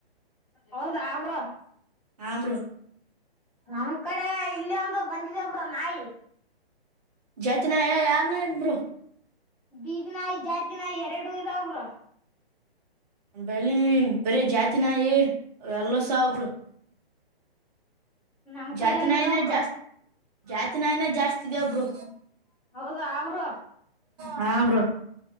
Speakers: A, in the centre; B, on the right.
A: ಹೌದಾ ಬ್ರೊ
B: ಹಾಂ ಬ್ರೋ
A: ನಮ್ ಕಡೆ ಇಲ್ಲಿ ಒಂದು ಬಂದಿದೆೇ ಬ್ರೊ ನಾಯಿ.
B: ಜಾತಿ ನಾಯ ಯಾವ್ ನಾಯ್ ಬ್ರೊ
A: ಬೀದಿ ನಾಯ್ ಜಾತಿ ನಾಯ್ ಎರಡು ಇದವ್ ಬ್ರೊ
B: ಬೆಳಿ ಬರೀ ಜಾತಿನ ಏ ಎಲ್ಲಸ ಬ್ರೊ
A: ನಮ್
B: ಜಾತನಾಯ್ನೆ
A: ಕಡೆನ ಇದಾವ್ ಬ್ರೋ
B: ಜಾಸ್ತಿ ಜಾತನಾಯ್ನೆ ಜಾಸ್ತಿ ಇದ ವ್ ಬ್ರೊ
A: ಹೌದಾ ಬ್ರೊ
B: ಹಾ ಬ್ರೋ